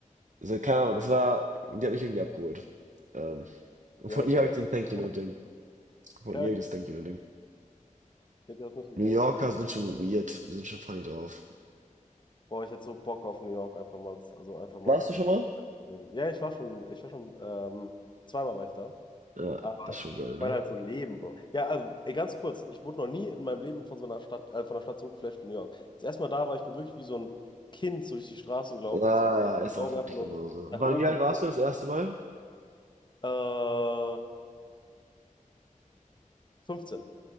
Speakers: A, on the right; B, on the left.
A: so, keine Ahnung, es war, die hat mich irgendwie abgeholt. Ähm, und
B: Ja,
A: von
B: ich
A: ihr
B: merke.
A: habe ich den Thank You
B: <laughs>
A: Note Von
B: Geil.
A: ihr hab ich das Denken Ding.
B: Ich hätte das mitgegeben.
A: New Yorker sind schon weird, sind schon funny drauf.
B: Boah, ich hätte so Bock auf New York einfach mal. Also einfach mal
A: Warst du
B: echt
A: schon mal?
B: zu leben. Ja, ich war schon, ich war schon, ähm, zweimal war ich da.
A: Ja,
B: Aber
A: das
B: ich
A: ist schon geil, ne?
B: meine halt so Leben, Bro. Ja, also, ey, ganz kurz, ich wurde noch nie in meinem Leben von so einer Stadt, äh, von einer Stadt so geflasht wie New York. Als ich erstmal da war, ich bin wirklich wie so ein Kind so durch die Straßen gelaufen,
A: Ja,
B: mit so
A: ja,
B: den
A: ist
B: Augen
A: auch wirklich
B: einfach nur
A: genauso.
B: nach
A: Wann,
B: oben
A: wie alt
B: geguckt.
A: warst du das erste Mal?
B: Äh, 15,